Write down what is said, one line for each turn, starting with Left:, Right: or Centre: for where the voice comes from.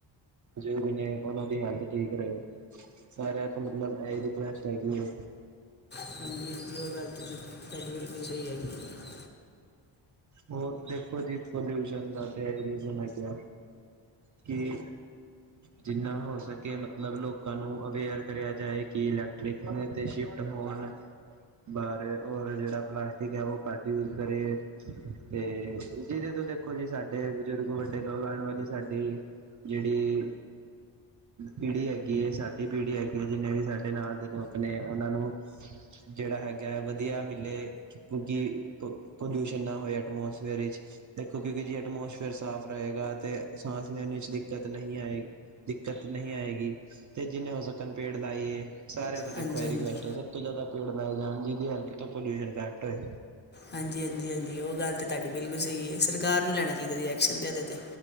Right: ਜੋ ਵੀ ਨੇ ਉਹਨਾਂ ਦੀ ਹੈਲਥ ਠੀਕ ਰਹੇ ਸਾਰੇ ਮਤਲਬ ਇਹ ਰਿਕੁਐਸਟ ਹੈਗੀ ਹੈ।
Left: ਹਾਂਜੀ ਜ ਉਹ ਗੱਲ ਤੁ ਤੁਹਾਡੀ ਬਿਲਕੁਲ ਸਹੀ ਹੈਗੀ ਹੈ।
Right: ਹੋਰ ਦੇਖੋ ਜੀ ਪੋਲਿਊਸ਼ਨ ਦਾ ਤੇ ਇਹੀ ਰੀਜਨ ਹੈਗੇ ਆ। ਕਿ ਜਿੰਨਾ ਹੋ ਸਕੇ ਮਤਲਬ ਲੋਕਾਂ ਨੂੰ ਅਵੇਅਰ ਕਰਿਆ ਜਾਏ ਕਿ ਇਲੈਕਟ੍ਰ ਤੇ ਸ਼ਿਫਟ ਹੋਣ ਬਾਹਰ ਰ ਜਿਹੜਾ ਪਲਾਸਟਿਕ ਹੈ ਉਹ ਘੱਟ ਯੂਜ ਕਰੀਏ। ਤੇ ਜਿਹਦੇ ਤੂੰ ਦੇਖੋ ਜੀ ਸਾਡੇ ਬਜ਼ੁਰਗ ਵੱਡੇ ਲੋਕ ਆਉਣ ਵਾਲੀ ਸਾਡੀ ਜਿਹੜੀ ਪੀੜ੍ਹੀ ਹੈਗੀ ਹੈ ਸਾਡੀ ਪੀੜ੍ਹੀ ਹੈਗੀ ਹੈ ਜਿੰਨੇ ਵੀ ਸਾਡੇ ਨਾਲ ਦੇ ਲੋਕ ਨੇ ਉਹਨਾਂ ਨੂੰ ਜਿਹੜਾ ਹੈਗਾ ਹੈ ਵਧੀਆ ਮਿਲੇ ਕਿਉਂਕਿ ਇਨਾ ਹੋਏ ਐਟਮੋਸਫੇਅਰ ਵਿੱਚ ਦੇਖੋ ਕਿਉਂਕਿ ਜੀ ਐਟਮੋਸਫੇਅਰ ਸਾਫ਼ ਰਹੇਗਾ ਤੇ ਸਾਂਸ ਲੈਣ ਚ ਦਿੱਕਤ ਨਹੀਂ ਆਏਗੀ। ਦਿੱਕਤ ਨਹੀਂ ਆਏਗੀ ਤੇ ਜਿੰਨੇ ਹੋ ਸਕਣ ਪੇੜ ਲਾਈਏ। ਸਾਰਿਆਂ ਤੋਂ ਦੇਖੋ
Left: ਹਾਂਜੀ
Right: ਇਹ
Left: ਹਾਂਜੀ
Right: ਰੁਸਟ ਸਭ ਤੋਂ ਜ਼ਿਆਦਾ ਪੇੜ ਲਾਏ ਜਾਣ ਜਿਹਦੀ ਹੈਲਪ ਤੋਂ ਪੋਲਿਊ ਘੱਟ ਹੋਏ।
Left: ਹਾਂਜੀ-ਹਾਂਜੀ, ਹਾਂਜੀ ਉਹ ਗੱਲ ਤਾਂ ਤੁਹਾਡੀ ਬਿਲਕੁਲ ਸਹੀ ਹੈ ਸਰਕਾਰ ਨੂੰ ਲੈਣਾ ਚਾਹੀਦਾ ਰਿ ਐਕਸ਼ਨ ਤੇ ਇਦੇ ਤੇ।